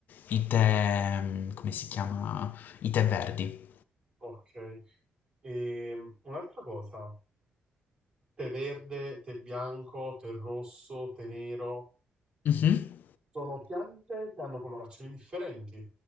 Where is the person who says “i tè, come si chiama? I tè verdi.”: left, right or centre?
Left